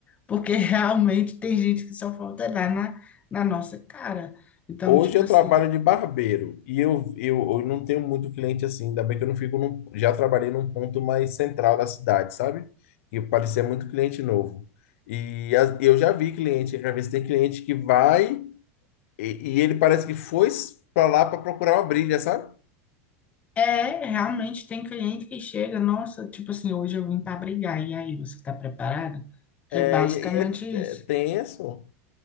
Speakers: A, on the left; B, on the left.
A: Porque <laughs> realmente tem gente que só falta dar na, na nossa cara. Então,
B: Hoje
A: tipo
B: eu
A: assim,
B: trabalho de barbeiro e eu, eu, eu não tenho muito cliente assim, ainda bem que eu não fico num, já trabalhei num ponto mais central da cidade, sabe? E parecia muito cliente novo. E as- eu já vi cliente, às vezes tem cliente que vai. E, e ele parece que foi pra lá pra procurar uma briga, sabe?
A: é, realmente tem cliente que chega, nossa, tipo assim, hoje eu vim para brigar, e aí, você tá preparado?
B: É,
A: É basicamente
B: e- e
A: isso.
B: é, é tenso.